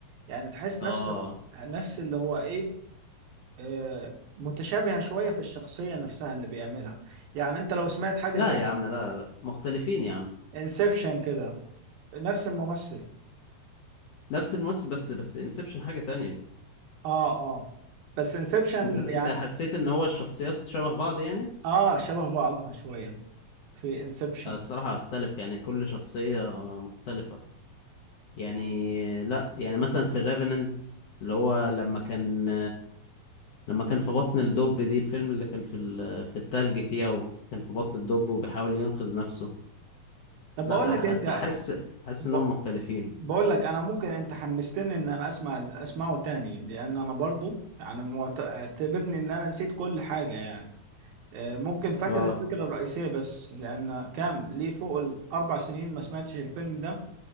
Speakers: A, on the right (about 75°); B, on the left (about 70°).
A: يعني تحس
B: اه
A: نفس نفس اللي هو ايه آه متشابهة شوية في الشخصية نفسها اللي بيعملها يعني انت لو سمعت حاجة
B: لا
A: زي
B: يا عم لا لا مختلفين يا عم
A: انسبشن كده نفس الممثل
B: نفس الممثل بس بس انسبشن حاجة تانية
A: اه اه بس انسبشن
B: انت انت
A: يعني
B: حسيت ان هو الشخصيات شبه بعض يعني
A: اه شبه بعضها شوية في انسبشن
B: آه، الصراحة اختلف يعني كل شخصية مختلفة يعني لا يعني مثلا في الريفننت اللي هو لما كان لما كان في بطن الدب دي الفيلم اللي كان في ال- في التلج فيها وكان في بطن الدب وبيحاول ينقذ نفسه
A: طب
B: لا
A: بقول لك
B: أح-
A: انت
B: احس احس
A: ب...
B: انهم مختلفين
A: بقول لك انا ممكن انت حمستني ان انا اسمع اسمعه تاني لان انا برضو يعني معت- اعتبرني ان انا نسيت كل حاجة يعني آه، ممكن فاكر
B: اه
A: الفكرة الرئيسية بس لان كام ليه فوق الاربع سنين ما سمعتش الفيلم ده